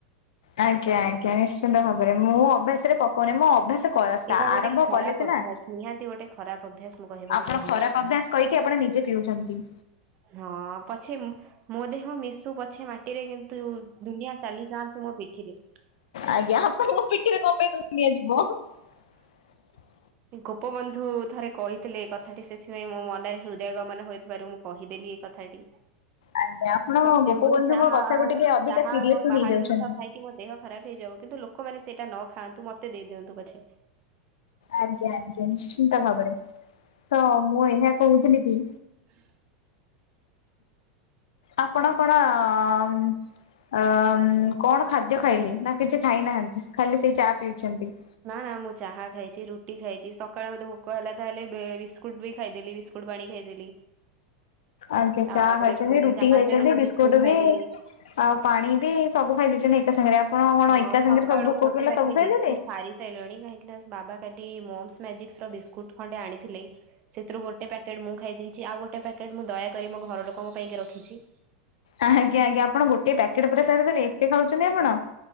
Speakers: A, on the left; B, on the right.
A: ଆଜ୍ଞା ଆଜ୍ଞା ନିଶ୍ଚିନ୍ତ ଭାବରେ ମୁଁ ଅଭ୍ୟାସ ରେ ପକଉନି ମୋ ଅଭ୍ୟାସ କଳା ସ
B: ଏଇଟା ଗୋଟେ
A: ଆରମ୍ଭ
B: ଖରାପ
A: କଲେ ସିନା
B: ଅଭ୍ୟାସ ନିହାତି ଗୋଟେ ଖରାପ ଅଭ୍ୟାସ ମୁଁ କହିବାକୁ
A: ଆପଣ
B: ଚାହିଁବି
A: ଖରାପ ଅଭ୍ୟାସ କହିକି ଆପଣ ନିଜେ ପିଉଛନ୍ତି।
B: ହଁ ପଛେ ମୁଁ ମୋ ଦେହ ମିଶୁ ପଛେ ମାଟିରେ କିନ୍ତୁ ଦୁନିଆ ଚାଲି ଯାଆନ୍ତୁ ମୋ ପିଠିରେ।
A: ଆଜ୍ଞା ଆପଣଙ୍କ ପିଠିରେ କଣ ପାଇଁ ଦୁନିଆ ଯିବ। <inaudible>
B: କି ଗୋପବନ୍ଧୁ ଥରେ କହିଥିଲେ ଏ କଥାଟି ସେଥିପାଇଁ ମୋ ମନରେ ହୃଦୟ ଗମନ ହୋଇଥିବାରୁ ମୁଁ କହିଦେଲି ଏଇ କଥାଟି।
A: ଆଜ୍ଞା ଆପଣ
B: ପଛେ
A: ଗୋପବନ୍ଧୁଙ୍କ
B: ମୁଁ ଚାହା
A: କଥାକୁ ଟିକେ ଅଧିକା
B: ଚାହା
A: ସିରିୟସ
B: ଏବଂ
A: ନେଇଯାଉଛନ୍ତି।
B: ବାହାରେ ଜିନିଷ ଖାଇକି ମୋ ଦେହ ଖରାପ ହେଇଯାଉ କିନ୍ତୁ ଲୋକମାନେ ସେଇଟା ନ ଖାଆନ୍ତୁ ମତେ ଦେଇଦିଅନ୍ତୁ ପଛେ।
A: ଆଜ୍ଞା ଆଜ୍ଞା ନିଶ୍ଚିନ୍ତ ଭାବରେ ତ ମୁଁ ଏହା କହୁଥିଲି କି
B: <inaudible>
A: ଆପଣ କଣ ଅଅମ୍ ଅଅମ୍ କଣ ଖାଦ୍ୟ ଖାଇଲି ନା କିଛି ଖାଇନାହାନ୍ତି ଖାଲି ସେଇ ଚା ପିଇଛନ୍ତି।
B: ନା ନା ମୁଁ ଚାହା ଖାଇଛି ରୁଟି ଖାଇଛି ସକାଳେ ମତେ ଭୋକ ହେଲା ତାହେଲେ ବେ ବିସ୍କୁଟ ବି ଖାଇଦେଲି ବିଷ୍କୁ ଟ ପାଣି ଖାଇଦେଲି।
A: ଆଜ୍ଞା
B: ତାପରେ
A: ଚା ଖାଇଛନ୍ତି
B: ପୁଣି
A: ରୁଟି
B: ଚାହା
A: ଖାଇଛନ୍ତି
B: ସହିତ ବି
A: ବିସ୍କୁଟ ବି
B: ଖାଇଦେଲି
A: ଆଉ ପାଣି ବି ସବୁ ଖାଇଦେଇଛନ୍ତି ଏକା ସାଙ୍ଗରେ ଆପଣ କଣ
B: ହଁ
A: ଏକା
B: ସକାଳୁ
A: ସାଙ୍ଗରେ ସବ ଭୋକ
B: ମୁଁ ଗୋଟେ
A: ଉପିଲା
B: ପ୍ୟାକେଟ
A: ସବୁ ଖାଇଦେଲେ।
B: ବିସ୍କୁଟ ସାରି ସାଇଲଣି କାହିଁକି ନା ବାବା କାଲି ମମ୍ସ୍ ମ୍ୟାଜିକସ୍ ର ବିସ୍କୁଟ ଖଣ୍ଡେ ଆଣିଥିଲେ। ସେଥିରୁ ଗୋଟେ ପ୍ୟାକେଟ ମୁଁ ଖାଇ ଦେଇଛି ଆଉ ଗୋଟେ ପ୍ୟାକେଟ ମୁଁ ଦୟାକରି ମୋ ଘର ଲୋକଙ୍କ ପାଇଁକା ରଖିଛି।
A: ଆଜ୍ଞା ଆଜ୍ଞା ଆପଣ ଗୋଟେ ପ୍ୟାକେଟ ପୁରା ସାରିଦେଲେ ଏତେ ଖାଉଛନ୍ତି ଆପଣ।